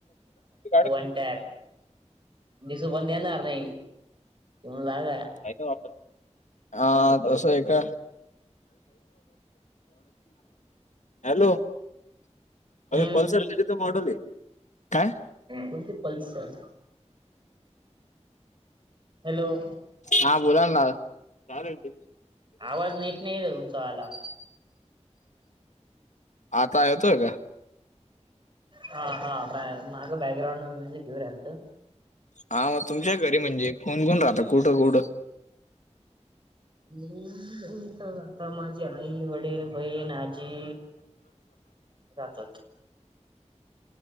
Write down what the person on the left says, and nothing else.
<inaudible>
हा तसं आहे का? हॅलो
पल्सर <inaudible> मॉडल आहे. काय?
हा बोला ना दादा.
आता येतोय का?
हा मग तुमच्या घरी म्हणजे, कोण कोण राहत कुठं? कुठं?